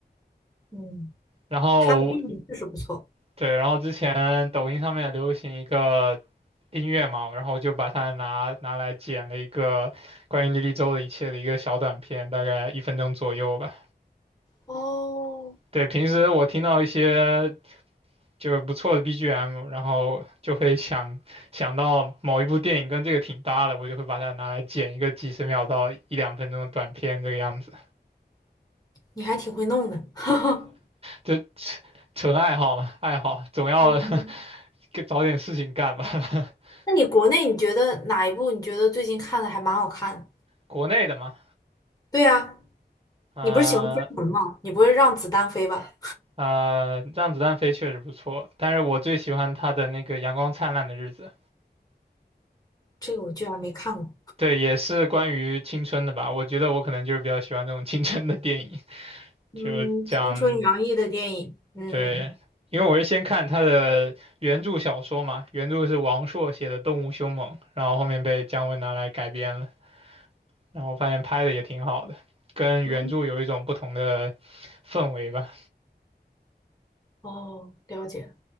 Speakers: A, on the left; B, on the right.
A: 嗯，
B: 然后，
A: 他的电影确实不错，
B: 对，然后之前抖音上面流行一个音乐嘛，然后我就把它拿拿来剪了一个关于莉莉周的一切的一个小短片，大概一分钟左右吧。
A: 哦，
B: 对，平时我听到一些就是不错的 BGM，然后就会想想到某一部电影跟这个挺搭的，我就会把它拿来剪一个几十秒到一两分钟的短片，这个样子，
A: 你还挺会弄的，<laughs> 哈哈。
B: 就纯爱好嘛，爱好总要
A: 嗯，
B: <laughs> 找点事情干吧。<laughs>
A: 那你国内你觉得哪一部你觉得最近看的还蛮好看的？
B: 国内的嘛，
A: 对呀，
B: 呃
A: 你不是喜欢姜文吗？你不会让子弹飞吧？
B: 呃，让子弹飞确实不错，但是我最喜欢他的那个阳光灿烂的日子，
A: 这个我居然没看过。
B: 对，也是关于青春的吧，我觉得我可能就是比较喜欢这种青春的电影，
A: 嗯，
B: 就讲。
A: 青春洋溢的电影，嗯嗯嗯。
B: 对，因为我是先看他的原著小说嘛，原著是王朔写的《动物凶猛》，然后后面被姜文拿来改编了，然后发现拍的也挺好的，跟原著有一种不同的
A: 嗯，
B: 氛围吧。
A: 哦，了解。